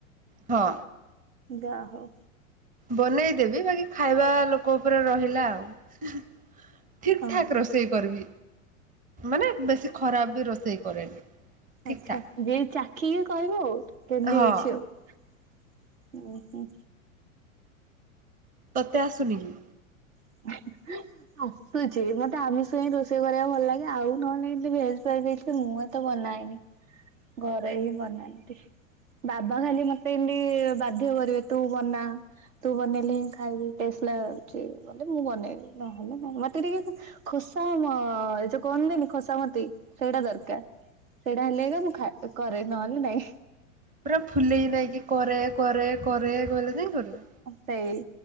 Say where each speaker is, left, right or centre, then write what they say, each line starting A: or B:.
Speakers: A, on the right (about 20°); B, on the right (about 70°).
A: ହଁ।
B: ଯା ହଉ।
A: ବନେଇଦେବି ବାକି ଖାଇବା ଲୋକ ଉପେରେ ରହିଲା ଆଉ। ଠିକ୍
B: ଓହୋ
A: ଠାକ୍ ରୋଷେଇ କରିବି ମାନେ ବେଶୀ ଖରାପ ବି ରୋଷେଇ କରେନି। ଠିକ୍
B: ଆଚ୍ଛା
A: ଠାକ୍।
B: ଯିଏ ଚାଖିକି କହିବ ଆଉ କେନ୍ଦି
A: ହଁ
B: ହେଇଛି ଆଉ। ଓହୋ।
A: ତତେ ଆସୁନି କି।
B: <unintelligible> ଆସୁଛି ମତେ ଆମିଷ ହିଁ ରୋଷେଇ କରିବାକୁ ଭଲ ଲାଗେ ଆଉ ନହେଲେ ନାଇଁ ଏମତି ଭେଜ କରିଦେଇଥିଲେ ମୁଁ ତ ବନାଏନି ଘରେ ହିଁ ବନାନ୍ତି। ବାବା ଖାଲି ମତେ ଇନ୍ଦି ବାଧ୍ୟ କରିବେ ତୁ ବନା। ତୁ ବନେଇଲେ ମୁଁ ଖାଇବି ଟେଷ୍ଟ ଲାଗୁଚି ବୋଲେ ମୁଁ ବନେଇବି ନହେଲେ ମ ମତେ ଟିକେ ଖୋସା ମ ଏ ଯୋଉ କୁହନ୍ତିନି ଖୋସାମତି ସେଇଟା ଦରକାର। ସେଇଟା ହେଲେ ଏକା ମୁଁ ଖା କରେ ନହେଲେ ନାଇଁ।
A: ପୁରା ଫୁଲେଇ ନାଇଁ କି କରେ କରେ କରେ କହିଲେ ଯାଇଁ କରିବି।
B: ସେଇ